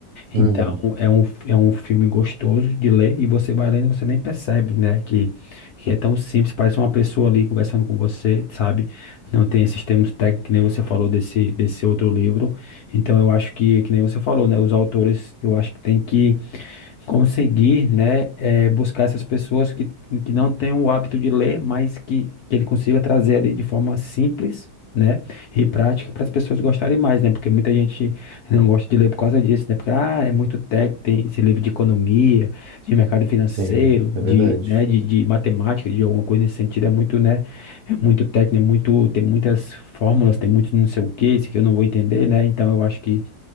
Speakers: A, on the right; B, on the left.
A: Uhum.
B: Então é um, é um filme gostoso de ler e você vai lendo e você nem percebe, né? Que, que é tão simples, parece uma pessoa ali conversando com você, sabe? Não tem esses termos técnicos, que nem você falou desse, desse outro livro. Então eu acho que, que nem você falou, né? Os autores, eu acho que tem que conseguir, né, eh, buscar essas pessoas que, que não têm o hábito de ler, mas que, que ele consiga trazer ali de forma simples, né, e prática para as pessoas gostarem mais, né, porque muita gente não gosta de ler por causa disso, né, porque, ah, é muito técnico, tem esse livro de economia, de mercado financeiro,
A: Sim,
B: de,
A: é verdade.
B: né, de, de matemática, de alguma coisa nesse sentido, é muito, né, é muito técnico, é muito, tem muitas fórmulas, tem muito não sei o que, isso que eu não vou entender, né, então eu acho que